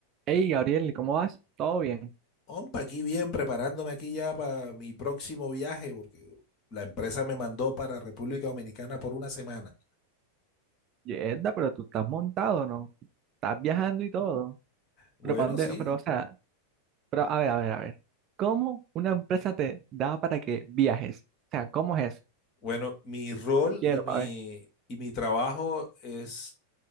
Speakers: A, on the right; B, on the left.
A: Hey, Gabriel, ¿cómo vas? ¿Todo bien?
B: Ompa, aquí bien, preparándome aquí ya para mi próximo viaje, porque la empresa me mandó para República Dominicana por una semana.
A: Yerda, pero tú estás montado, ¿no? Estás viajando y todo.
B: Bueno,
A: Pero, ¿pa' dónde-
B: sí.
A: pero, o sea, pero, a ver, a ver, a ver. ¿Cómo una empresa te da para que viajes? O sea, ¿cómo es eso?
B: Bueno, mi rol
A: Yo quiero,
B: y mi,
A: para ver.
B: y mi trabajo es